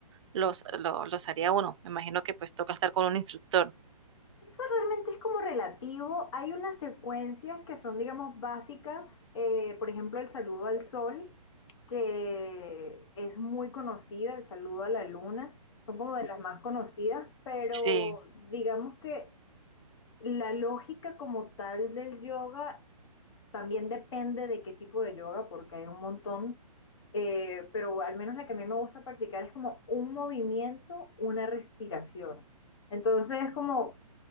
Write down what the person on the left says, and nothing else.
Eso realmente es como relativo. Hay unas secuencias que son, digamos, básicas. eh, por ejemplo, el saludo al sol, que es muy conocida, el saludo a la luna, son como de las más conocidas, pero
digamos que la lógica como tal del yoga también depende de qué tipo de yoga, porque hay un montón. eh, pero al menos la que a mí me gusta practicar es como un movimiento, una respiración. Entonces, es como